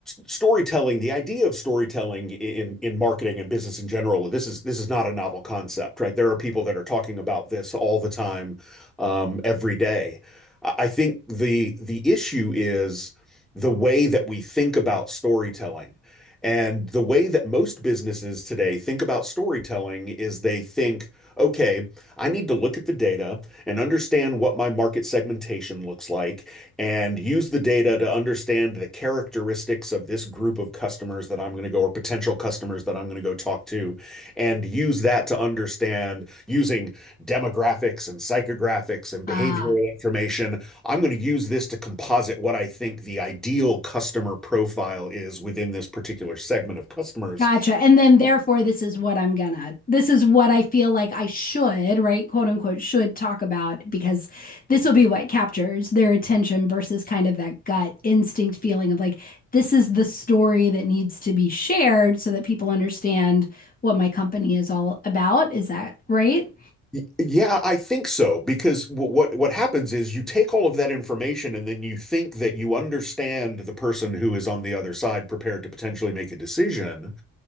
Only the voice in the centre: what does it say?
storytelling, the idea of storytelling in in marketing and business in general, this is this is not a novel concept, right? There are people that are talking about this all the time, um, every day. I I think the the issue is the way that we think about storytelling. And the way that most businesses today think about storytelling is they think, okay, I need to look at the data and understand what my market segmentation looks like and use the data to understand the characteristics of this group of customers that I'm going to go or potential customers that I'm going to go talk to, and use that to understand using demographics and psychographics and
behavioral information. I'm going to use this to composite what I think the ideal customer profile is within this particular segment of customers.
Y- Yeah, I think so because wh- what what happens is you take all of that information and then you think that you understand the person who is on the other side prepared to potentially make a decision